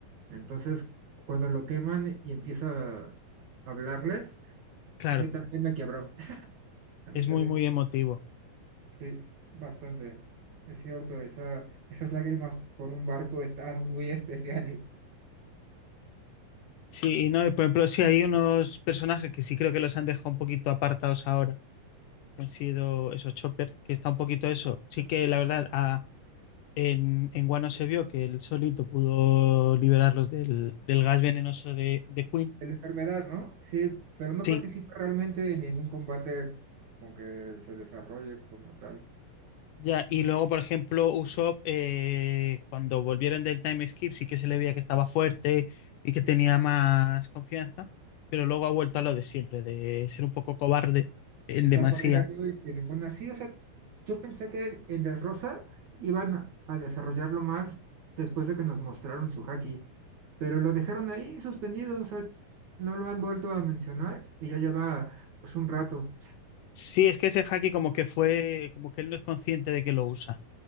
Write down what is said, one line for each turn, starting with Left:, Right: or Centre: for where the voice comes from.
Right: entonces cuando lo queman y empieza a hablarles,
Left: <laughs>
Right: a mí también
Left: claro,
Right: me quebró, <laughs> a mí
Left: es
Right: también,
Left: muy, muy emotivo.
Right: sí, bastante, es cierto, esa, esas lágrimas por un barco están muy <laughs> especiales.
Left: Sí, no, y por ejemplo, sí hay unos personajes que sí creo que los han dejado un poquito apartados ahora. Han sido esos Chopper, que está un poquito eso. Sí que la verdad, a- en, en Wano se vio que él solito pudo liberarlos del, del gas venenoso de, de Queen.
Right: la enfermedad, ¿no? Sí, pero no
Left: Sí,
Right: participa realmente en ningún combate como que se desarrolle como tal.
Left: ya. Y luego, por ejemplo, Usopp, eh, cuando volvieron del time skip, sí que se le veía que estaba fuerte y que tenía más confianza, pero luego ha vuelto a lo de siempre, de ser un poco cobarde en
Right: Estar
Left: demasía.
Right: corriendo y sin ninguna así, o sea, yo pensé que en Dressrosa iban a a desarrollarlo más después de que nos mostraron su haki, pero lo dejaron ahí suspendido, o sea, no lo han vuelto a mencionar y ya lleva pues un rato.
Left: Sí, es que ese haki como que fue, como que él no es consciente de que lo usa.